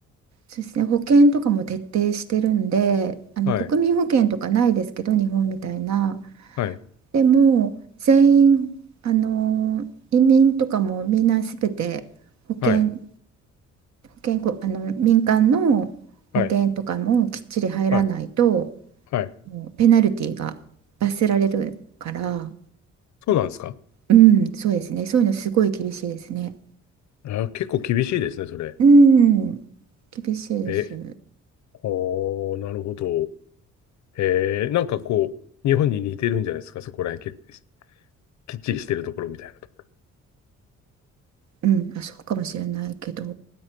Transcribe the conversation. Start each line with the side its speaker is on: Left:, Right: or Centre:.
Right: そうですね保険とかも徹底してるんであの国民保険とかないですけど日本みたいな
Left: はい。はい。
Right: でも全員あの移民とかもみんなすべて保険
Left: はい。
Right: 健康、あの民間の保険とかもきっちり入らないと、
Left: はい。はい。はい。
Right: もうペナルティが罰せられるから、
Left: そうなんですか。
Right: うん、そうですね、そういうのすごい厳しいですね。
Left: あ、結構厳しいですね、それ。
Right: うん、厳しいです。
Left: え、おー、なるほど。えー、なんかこう、日本に似てるんじゃないですか、そこら辺結構きっちりしてるところみたいなとこ。
Right: うん、あ、そうかもしれないけど、